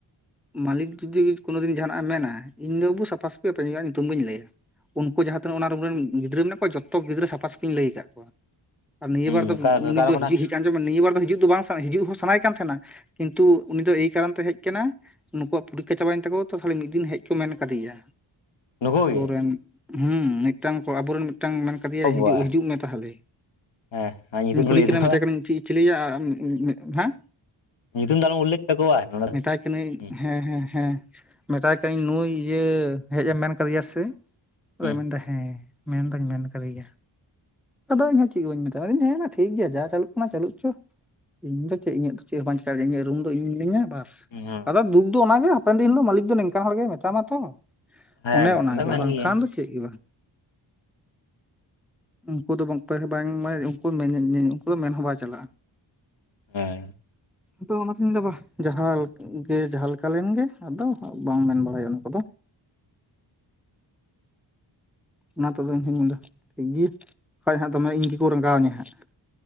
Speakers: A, in the centre; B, on the left.
A: ᱢᱟᱹᱞᱤᱠ ᱡᱩᱫᱤ ᱠᱳᱱᱳᱫᱤᱱ ᱡᱟᱦᱟᱱᱟᱜ ᱮ ᱢᱮᱱᱟᱭ ᱤᱧ ᱫᱚ ᱵᱟᱹᱵᱩ ᱥᱟᱯᱷᱟ-ᱥᱟᱹᱯᱷᱤ ᱟᱯᱮᱭᱟᱜ ᱧᱩᱛᱩᱢ ᱜᱮᱧ ᱞᱟᱹᱭᱟ᱾ ᱩᱱᱠᱩ ᱡᱟᱦᱟᱸ ᱛᱤᱱᱟᱹᱜ ᱚᱱᱟ ᱨᱩᱢ ᱨᱮᱱ ᱜᱤᱫᱽᱨᱟᱹ ᱢᱮᱱᱟᱜ ᱠᱚᱣᱟ ᱡᱚᱛᱚ ᱜᱤᱫᱽᱨᱟᱹ ᱥᱟᱯᱷᱟ ᱥᱟᱯᱷᱤᱧ ᱞᱟᱹᱭ ᱠᱟᱜ ᱠᱚᱣᱟ᱾ ᱟᱨ ᱱᱤᱭᱟᱹ
B: ᱦᱩᱸ
A: ᱵᱟᱨ ᱫᱚ
B: ᱠᱟᱨᱚᱱ
A: ᱩᱱᱤ ᱫᱚ
B: ᱠᱟᱱᱟ
A: ᱦᱤᱡᱩᱜ ᱦᱮᱡ <unintelligible> ᱟᱸᱡᱚᱢ ᱢᱮ ᱱᱤᱭᱟᱹ ᱵᱟᱨ ᱫᱚ ᱦᱤᱡᱩᱜ ᱫᱚ ᱵᱟᱝ ᱥᱟᱱᱟ ᱦᱤᱡᱩᱜ ᱦᱚᱸ ᱥᱟᱱᱟᱭᱮ ᱠᱟᱱ ᱛᱟᱦᱮᱱᱟ᱾ ᱠᱤᱱᱛᱩ ᱩᱱᱤ ᱫᱚ ᱮᱭ ᱠᱟᱨᱚᱱ ᱛᱮ ᱦᱮᱡ ᱠᱮᱱᱟᱭ, ᱱᱩᱠᱩᱣᱟᱜ ᱯᱚᱨᱤᱠᱠᱷᱟ ᱪᱟᱵᱟᱭᱮᱱ ᱛᱟᱠᱚᱣᱟ ᱛᱚ ᱛᱟᱦᱚᱞᱮ ᱢᱤᱫ ᱫᱤᱱ ᱦᱮᱡ ᱠᱚ ᱢᱮᱱ ᱠᱟᱫᱮᱭᱟ᱾
B: ᱱᱩᱠᱩ
A: ᱟᱵᱚᱨᱮᱱ
B: ᱜᱮ
A: ᱦᱮᱸ ᱢᱤᱫᱴᱟᱝ ᱠᱚ ᱟᱵᱚᱨᱮᱱ ᱢᱤᱫᱴᱟᱝ ᱢᱮᱱ- ᱠᱟᱫᱮᱭᱟᱭ ᱦᱤᱡᱩᱜ
B: ᱵᱟ
A: ᱦᱤᱡᱩᱜ ᱢᱮ ᱛᱟᱦᱚᱞᱮ᱾
B: ᱦᱮᱸ ᱟᱨ ᱧᱩᱛᱩᱢ
A: ᱤᱧ ᱠᱩᱠᱤ
B: ᱦᱚᱸ ᱞᱟᱹᱭ
A: ᱠᱟᱱᱟ
B: ᱛᱟᱠᱚᱣᱟ
A: ᱢᱮᱛᱟᱭ ᱠᱟᱱᱟᱹᱧ ᱪᱤ-ᱪᱮᱞᱮᱭᱟ᱾ ᱦᱮᱸ,
B: ᱧᱩᱛᱩᱢ ᱫᱚ ᱟᱞᱚᱢ ᱩᱞᱞᱮᱠᱷ ᱛᱟᱠᱚᱣᱟ ᱱᱚᱰᱮ ᱫᱚ
A: ᱢᱮᱛᱟᱭ ᱠᱟᱹᱱᱟᱹᱧ᱾
B: ᱦᱩᱸ
A: ᱦᱮᱸ ᱦᱮᱸ ᱦᱮᱸ᱾ ᱢᱮᱛᱟᱭ ᱠᱟᱹᱱᱟᱹᱧ ᱱᱩᱭ ᱤᱭᱟᱹ ᱦᱮᱡ ᱮᱢ ᱢᱮᱱ ᱠᱟᱫᱮᱭᱟ ᱥᱮ? ᱟᱫᱚᱭ
B: ᱦᱩᱸ
A: ᱢᱮᱱᱫᱟ ᱦᱮᱸ ᱢᱮᱱᱫᱩᱧ ᱢᱮᱱ ᱠᱟᱫᱮᱭᱟ᱾ ᱟᱫᱚ ᱤᱧᱦᱚᱸ ᱪᱮᱫ ᱜᱤ ᱵᱟᱹᱧ ᱢᱮᱛᱣᱟ ᱟᱫᱚᱧ ᱦᱮᱸ ᱢᱟ ᱴᱷᱤᱠ ᱜᱮᱭᱟ ᱡᱟ ᱪᱟᱹᱞᱩᱜ ᱠᱟᱱᱟ ᱪᱟᱹᱞᱩᱜ ᱪᱚ᱾ ᱤᱧ ᱫᱚ ᱪᱮᱫ ᱤᱧᱟᱹᱜ ᱫᱚ ᱪᱮᱫ ᱦᱚᱸ ᱵᱟᱧ ᱪᱮᱠᱟᱜᱮ, ᱤᱧᱟᱹᱜ ᱨᱩᱢ ᱫᱚ ᱤᱧ ᱢᱤᱱᱟᱹᱧᱟ ᱵᱟᱥ᱾
B: ᱦᱩᱸ ᱦᱩᱸ
A: ᱟᱫᱟ ᱫᱩᱠ ᱫᱚ ᱚᱱᱟᱜᱮ- ᱦᱟᱯᱮᱱ ᱫᱤᱱ ᱦᱤᱞᱳᱜ ᱢᱟᱹᱞᱤᱠ ᱫᱚ ᱱᱮᱝᱠᱟᱱ ᱦᱚᱲ ᱜᱮ ᱢᱮᱛᱟᱢᱟ ᱛᱚ,
B: ᱦᱮᱸ
A: ᱚᱱᱮ
B: ᱢᱮᱱ
A: ᱚᱱᱟᱜᱮ
B: ᱫᱚ ᱢᱮᱱ
A: ᱵᱟᱝᱠᱷᱟᱱ
B: ᱜᱮᱭᱟᱹᱧ
A: ᱫᱚ᱾ ᱪᱮᱫ ᱜᱮ ᱵᱟᱝ᱾ ᱩᱱᱠᱩ ᱫᱚ ᱵᱟᱝ ᱢ ᱩᱱᱠᱩ ᱫᱚ ᱢᱮᱱᱦ ᱵᱟᱭ <unintelligible> ᱪᱟᱞᱟᱜᱼᱟ᱾
B: ᱦᱮᱸ᱾
A: ᱟᱫᱚ ᱚᱱᱟᱛᱤᱧ ᱢᱮᱱᱫᱟ ᱵᱟ ᱡᱟᱦᱟᱸ ᱜᱮ ᱡᱟᱦᱟᱸ ᱞᱮᱠᱟ ᱞᱮᱱᱜᱮ ᱟᱫᱚ ᱵᱟᱝ ᱢᱮᱱ ᱵᱟᱲᱟᱭᱚᱜᱼᱟ ᱚᱱᱟ ᱠᱚᱫᱚ᱾ ᱚᱱᱟ ᱛᱚᱵᱮ ᱤᱧ ᱦᱚᱧ ᱢᱮᱱ ᱮᱫᱟ ᱴᱷᱤᱠ ᱜᱮᱭᱟ᱾ᱵᱟᱠᱷᱟᱡ ᱦᱟᱸᱜ ᱫᱚᱢᱮ ᱤᱧ ᱜᱮᱠᱚ ᱨᱟᱸᱜᱟᱣᱤᱧᱟᱹ ᱦᱟᱸᱜ᱾